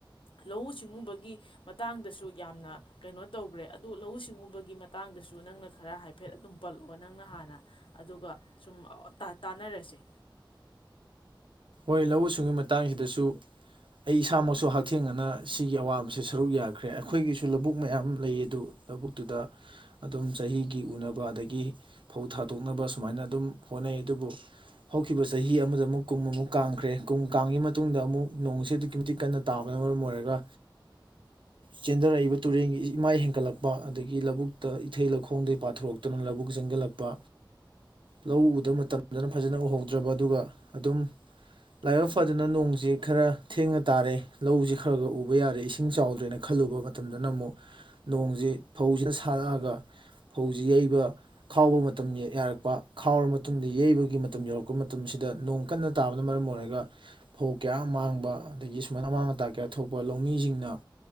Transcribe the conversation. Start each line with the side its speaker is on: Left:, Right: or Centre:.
Left: ꯂꯧꯎ ꯁꯤꯡꯎꯕꯒꯤ ꯃꯇꯥꯡꯗꯁꯨ ꯌꯥꯝꯅ ꯀꯩꯅꯣ ꯇꯧꯒ꯭ꯔꯦ ꯑꯗꯨ ꯂꯧꯎ ꯁꯤꯡꯎꯕꯒꯤ ꯃꯇꯥꯡꯗꯁꯨ ꯅꯪꯅ ꯈꯔ ꯍꯥꯏꯐꯦꯠ ꯑꯗꯨꯝ ꯄꯜꯂꯛꯑꯣ ꯅꯪꯅ ꯍꯥꯟꯅ ꯑꯗꯨꯒ ꯁꯨꯝ ꯑ-ꯑ--ꯇꯥꯟ ꯇꯥꯟꯅꯔꯁꯦ
Right: ꯍꯣꯏ ꯂꯧꯎ ꯁꯤꯡꯎ ꯃꯇꯥꯡꯁꯤꯗꯁꯨ ꯑꯩ ꯏꯁꯥꯃꯛꯁꯨ ꯍꯛꯊꯦꯡꯅꯅ ꯁꯤꯒꯤ ꯑꯋꯥꯕꯁꯦ ꯁꯔꯨꯛ ꯌꯥꯈ꯭ꯔꯦ ꯑꯩꯈꯣꯏꯒꯤꯁꯨ ꯂꯧꯕꯨꯛ ꯃꯌꯥꯝ ꯂꯩꯌꯦ ꯑꯗꯨ ꯂꯧꯕꯨꯛꯇꯨꯗ ꯑꯗꯨꯝ ꯆꯍꯤꯒꯤ ꯎꯅꯕ ꯑꯗꯒꯤ ꯐꯧ ꯊꯥꯗꯣꯛꯅꯕ ꯁꯨꯃꯥꯏꯅ ꯑꯗꯨꯝ ꯍꯣꯠꯅꯩ ꯑꯗꯨꯕꯨ ꯍꯧꯈꯤꯕ ꯆꯍꯤ ꯑꯃꯗ ꯑꯃꯨꯛ ꯀꯨꯝꯃꯃꯨꯛ ꯀꯥꯡꯈ꯭ꯔꯦ ꯀꯨꯝ ꯀꯥꯡꯉꯤ ꯃꯇꯨꯡꯗ ꯑꯃꯨꯛ ꯅꯣꯡꯁꯦ ꯑꯗꯨꯛꯀꯤ ꯃꯇꯤꯛ ꯀꯟꯅ ꯇꯥꯕꯅ ꯃꯔꯝ ꯑꯣꯏꯔꯒ ꯆꯦꯟꯊꯔꯛꯏꯕ ꯇꯨꯔꯦꯟꯒꯤ ꯏꯃꯥꯏ ꯍꯦꯟꯒꯠꯂꯛꯄ ꯑꯗꯒꯤ ꯂꯧꯕꯨꯛꯇ ꯏꯊꯩ ꯂꯧꯈꯣꯡꯗꯒꯤ ꯄꯥꯊꯣꯔꯛꯇꯨꯅ ꯂꯧꯕꯨꯛ ꯆꯦꯟꯖꯤꯜꯂꯛꯄ ꯂꯧ ꯎꯗꯕ ꯃꯇꯝꯗꯅ ꯐꯖꯅ ꯎꯍꯧꯗ꯭ꯔꯕ ꯑꯗꯨꯒ ꯑꯗꯨꯝ ꯂꯥꯏꯕꯛ ꯐꯗꯅ ꯅꯣꯡꯁꯤ ꯈꯔ ꯊꯦꯡꯅ ꯇꯥꯔꯦ ꯂꯧꯁꯤ ꯈꯔ ꯈꯔ ꯎꯕ ꯌꯥꯔꯦ ꯏꯁꯤꯡ ꯆꯥꯎꯗ꯭ꯔꯦꯅ ꯈꯜꯂꯨꯕ ꯃꯇꯝꯗꯅ ꯑꯃꯨꯛ ꯅꯣꯡꯁꯤ ꯐꯧꯁꯤꯅ ꯁꯥꯠꯂꯛꯑꯒ ꯐꯧꯁꯤ ꯌꯩꯕ ꯈꯥꯎꯕ ꯃꯇꯝ ꯌꯥꯔꯛꯄ ꯈꯥꯎꯔ ꯃꯇꯝꯗ ꯌꯩꯕꯒꯤ ꯃꯇꯝ ꯌꯧꯔꯛꯄ ꯃꯇꯝꯁꯤꯗ ꯅꯣꯡ ꯀꯟꯅ ꯇꯥꯕꯅ ꯃꯔꯝ ꯑꯣꯏꯔꯒ ꯐꯧ ꯀꯌꯥ ꯑꯃ ꯃꯥꯡꯕ ꯑꯗꯒꯤ ꯁꯨꯃꯥꯏꯅ ꯑꯃꯥꯡ ꯑꯇꯥ ꯀꯌꯥ ꯊꯣꯛꯄ ꯂꯧꯃꯤꯁꯤꯡꯅ